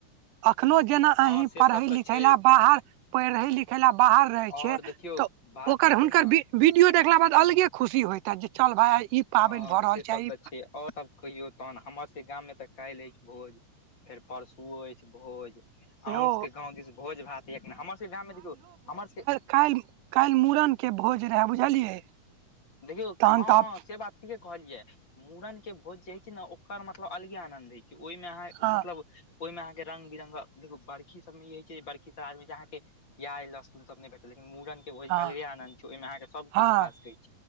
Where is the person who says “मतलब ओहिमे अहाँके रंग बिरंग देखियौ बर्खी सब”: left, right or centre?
Left